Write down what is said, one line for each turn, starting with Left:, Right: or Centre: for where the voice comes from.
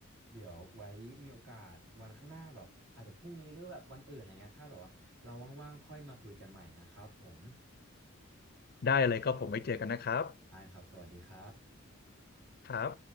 Right: เดี๋ยวไว้มีโอกาสวันข้างหน้าแบบอาจจะพรุ่งนี้หรือแบบวันอื่นอะไรเงี้ยถ้าแบบว่าเราว่างๆค่อยมาคุยกันใหม่นะครับผม
Left: <laughs> ได้เลยก็ผมไว้เจอกันนะครับ
Right: ได้ครับสวัสดีครับ
Left: ครับ